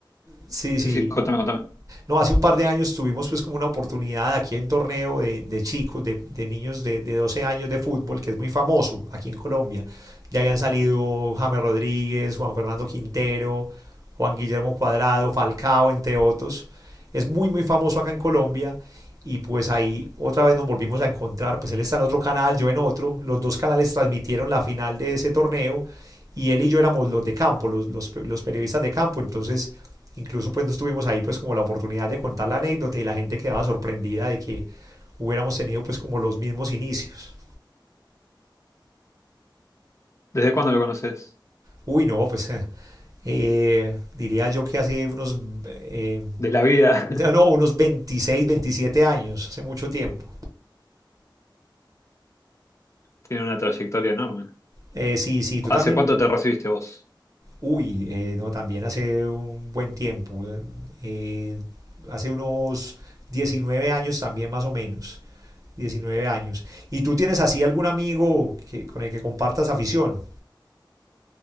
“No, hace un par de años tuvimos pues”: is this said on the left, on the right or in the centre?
Right